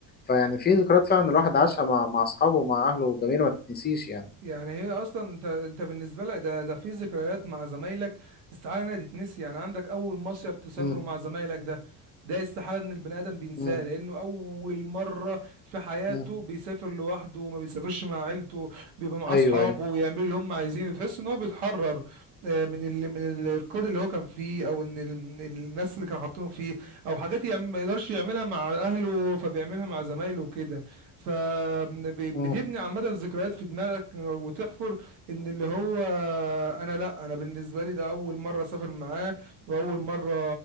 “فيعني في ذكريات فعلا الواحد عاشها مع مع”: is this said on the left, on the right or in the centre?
Left